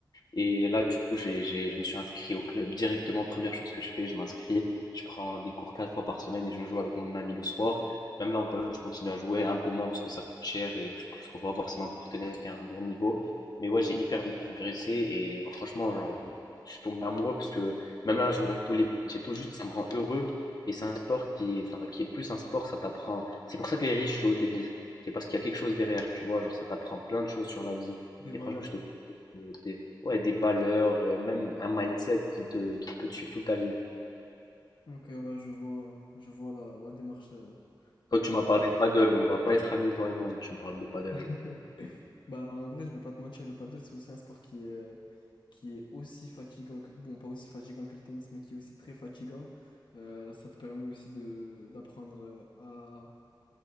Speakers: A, on the left; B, on the left.
A: Et là, du coup, j'ai, j'ai- je me suis inscrit au club directement. Première chose que je fais, je m'inscris. Je prends des cours quatre fois par semaine et je joue avec mon ami le soir. Même là, en Pologne, je continue à jouer un peu moins parce que ça coûte cher et je ne trouve pas forcément de partenaire qui a un bon niveau. Mais ouais, j'ai hyper vite progressé et franchement, genre, je suis tombé amoureux parce que même là, je regarde tous les matchs et tout, juste ça me rend heureux. Et c'est un sport qui est, enfin, qui est plus un sport, ça t'apprend. C'est pour ça que les riches jouent au tennis. C'est parce qu'il y a quelque chose derrière, tu vois, genre ça t'apprend plein de choses sur la vie.
B: Des
A: Et
B: valeurs
A: franchement, je te Ouais, des valeurs, heu, même un mindset qui te qui peut te suivre toute ta vie.
B: Ok, ouais, je vois, je vois la, la démarche euh,
A: Toi,
B: dans laquelle.
A: tu m'as parlé de paddle, on va pas être amis, toi et moi, tu me parles de paddle.
B: <laughs> Bah, en vrai, je vais pas te mentir, le paddle, c'est aussi un sport qui est, qui est aussi fatigant que, bon, pas aussi fatigant que le tennis, mais qui est aussi très fatigant. Euh, ça te permet aussi de, d'apprendre euh, à,